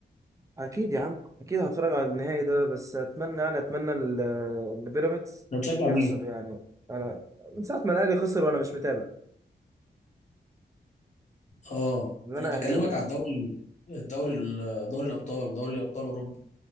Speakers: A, on the right; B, on the left.
A: اكيد يا عم اكيد هتفرج على النهائي ده بس اتمنى يعني اتمنى ال- ان بيراميدز
B: انت بتشجع
A: يخسر
B: مين
A: يعني انا من ساعه ما الاهلي خسر وانا مش متابع
B: اه
A: ان
B: انا
A: انا
B: بكلمك
A: اهلاوي
B: على الدوري الدوري ال- دوري الابطال دوري ابطال اوروبا